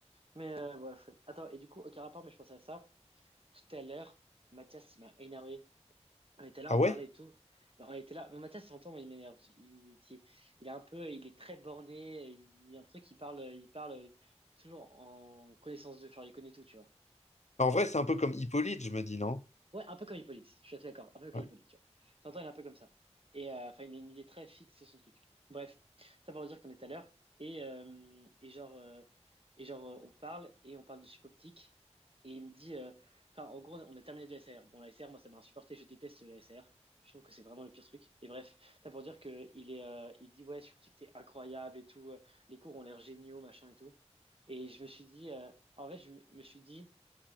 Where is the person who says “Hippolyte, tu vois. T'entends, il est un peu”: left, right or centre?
Right